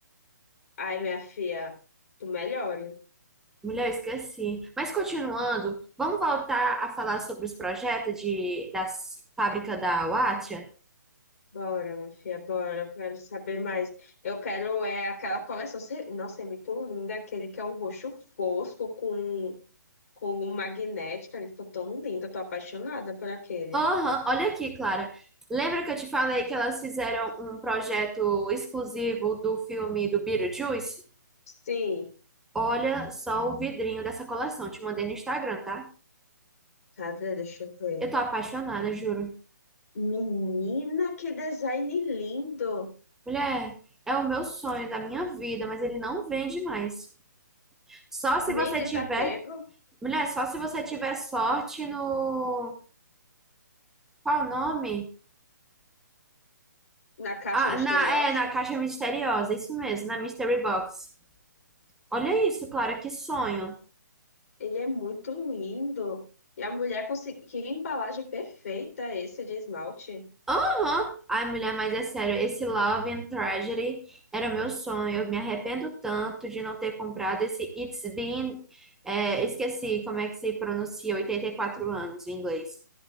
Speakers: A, on the left; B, in the centre.
A: Ai, minha filha, tu melhore.
B: Mulher, eu esqueci. Mas continuando, vamos voltar a falar sobre os projetos de, da fábrica da Wattia?
A: Bora, minha filha, bora. Eu quero saber mais. Eu quero é aquela coleção. Cê- Nossa, é muito linda. Aquele que é um roxo fosco com, com um magnético. Ele ficou tão lindo. Eu tô apaixonada por aquele.
B: Aham, olha aqui, Clara. Lembra que eu te falei que elas fizeram um projeto exclusivo do filme do Beetlejuice?
A: Sim.
B: Olha só o vidrinho dessa coleção. Te mandei no Instagram, tá?
A: Cadê? Deixa eu ver.
B: Eu tô apaixonada, juro.
A: Menina, que design lindo.
B: Mulher, é o meu sonho da minha vida, mas ele não vende mais. Só se
A: Nem
B: você
A: desapego
B: tiver. Mulher, só se você tiver sorte no. Qual o nome?
A: na caixa
B: Ah,
A: misteriosa.
B: na, é, na caixa misteriosa, isso mesmo, na Mystery Box. Olha isso, Clara, que sonho.
A: Ele é muito lindo. E a mulher conseguiu. Que embalagem perfeita esse de esmalte.
B: Aham. Ai, mulher, mas é sério, esse Love and Tragedy era o meu sonho. Eu me arrependo tanto de não ter comprado esse It's Been, é, esqueci como é que se pronuncia, 84 anos em inglês.